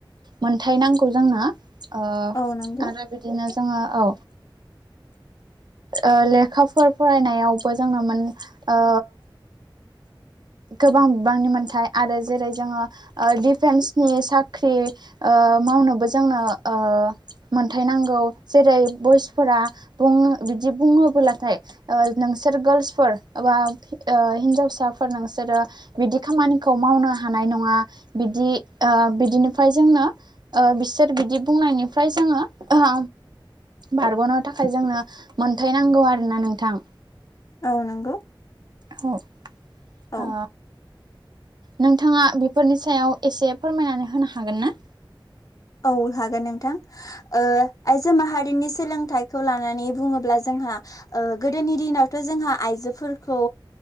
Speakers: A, on the right; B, on the left.
A: मोनथाय नांगौ जोंनो ओ
B: औ नंगौ
A: आरो बिदिनो जोङो औ ओ लेखाफोर फरायनायावबो जोङो मोन ओ गोबां बिबांनि मोनथाय आरो जेरै जोङो ओ डिफेन्सनि साख्रि ओ ओ मावनोबो जोंनो ओ मोनथाय नांगौ जेरै बयसफोरा बुङो बिदि बुङोब्लाथाय ओ नों सोर गार्लसफोर बा ओ हिनजावसा फोर नोंसोरो बिदि खामानिखौ मावनो हानाय नङा बिदि ओ बिदिनिफाय जोङो ओ बिसोर बिदि बुंनायनिफ्राय जोङो ओ बारग'नो थाखाय जोंनो मोनथाय नांगौ आरो ना नोंथां
B: औ नंगौ
A: हो ओ
B: औ
A: नोंथांङा बेफोरनि सायाव एसे फोरमायनानै होनो हागोन ना
B: औ हागोन नोंथां ओ आइजो माहारिनि सोलोंथाइखौ लानानै बुंङोब्ला जों हा गोदोनि दिनावथ' जोंहा आइजोफोरखौ